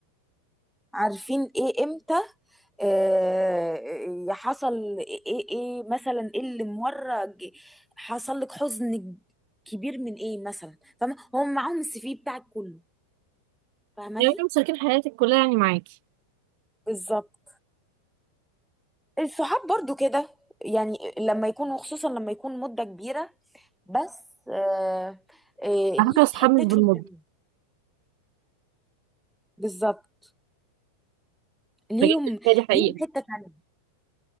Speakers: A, in the centre; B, on the right.
A: عارفين ايه امتى آه، حصل ايه ايه إيه مثلا ايه اللي مره ج- حصل لك حزن ج- كبير من ايه مثلا فاهمه هم معاهم السي في بتاعك كله فاهماني
B: يعني كانوا مشاركين حياتك كلها يعني معاكي
A: بالظبط الصحاب برضو كده يعني لما يكونوا خصوصا لما يكون مده كبيره بس آه آه
B: على
A: ليهم
B: فكره اصحاب
A: حتتهم
B: مش بالمده
A: تانية بالظبط ليهم
B: بجد هي دي حقيقه
A: ليهم حته تانية